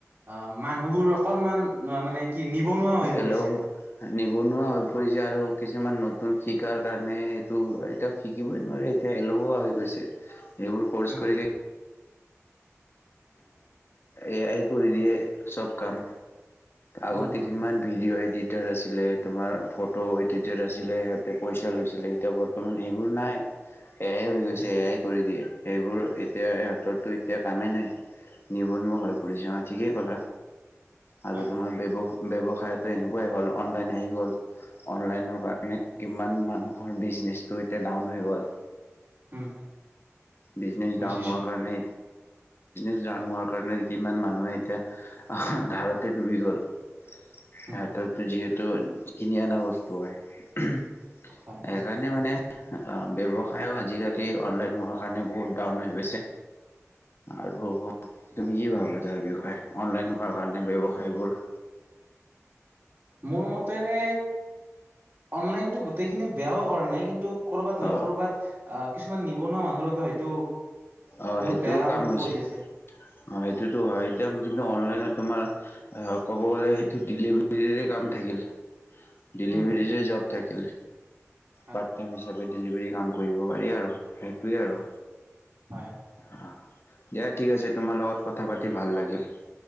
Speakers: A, on the right; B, on the left.
A: অ মানুহবোৰ অকনমান মানে কি নিবনুৱা হৈ পৰিছে
B: এল নিবনুৱা হৈ পৰিছে আৰু কিছুমান নতুন শ শিকাৰ কাৰণে এইটো এতিয়া শিকিবই নোৱাৰে এতিয়া এলহুৱা হৈ গৈছে এইবোৰ ক'ৰ্চ
A: উম
B: কৰি কি এয়াই কৰি দিয়ে চব কাম। আগতে
A: উম হুম
B: কিমান ভিডিঅ' এডিট ডটাৰ আছিলে তোমাৰ ফটো এডিটাৰ আছিলে সিহঁতে পইচা লৈছিলে এতিয়া বৰ্তমান সেইবোৰ নাই।
A: <inaudible>
B: এয়াই হৈ গৈছে
A: উম
B: এয়াই কৰি দিয়ে সেইবোৰ এতিয়া ইহঁততো এতিয়া কামেই নাই। নিবনুৱা হৈ ফুছে ঠিকেই ক'লা আৰু
A: হয়
B: তোমাৰ ব্য ব্যৱসায়টো এনেকুৱাই হ'ল অনলাইন আহি গ'ল অনলাইনৰ কাৰণে কিমান মানুহৰ বিজনে এতি ডাউন হৈ গল।
A: উম
B: বিজনেছ
A: বুজিছো
B: ডাউন হোৱাৰ কাৰণে জানোৱাৰ কাৰণে কিমান মানুহে এতিয়া আহ ধাৰতে ডুবি গ'ল। সিহতৰো
A: উম
B: যিহেতু কিনি অনা বস্তু হয়। সেইকাৰণে
A: হয় হয়
B: মানে ব্যৱসায়ো আজিকালি অনলাইন হোৱাৰ কাৰণে বহুত ডাউন হৈ গৈছে আৰু তুমি কি ভাবা তাৰ বিষয়ে অনলাইন হোৱাৰ কাৰণে ব্যৱসায়বোৰ
A: মোৰ মতেৰে অনলাইনতো গোটেইখিনি বেয়াও কৰা নাই কিন্তু কৰ'ৰবাত নহয়
B: অ
A: ক'বাত আহ কিছুমান নিবনুৱা মানুহৰ বাবে হয়তো
B: অঁ',
A: বহুত
B: সেইটোও
A: বেয়া
B: কাম হৈছে
A: কৰি আছে
B: অঁ সেইটোতো হয় একদম কিন্তু অনলাইনত তোমাৰ ক'ব গ'লে সেইটো ডেলিভাৰীৰে কাম থাকিল ডেলিভাৰীৰে
A: উম
B: জব থাকিল
A: হয়
B: পাৰ্ট টাইম হিচাপে ডেলিভাৰী কাম কৰিব পাৰি আৰু সেইটোৱেই আৰু।
A: হয়
B: দিয়া ঠিক আছে তোমাৰ লগত কথা পাতি ভাল লাগিল।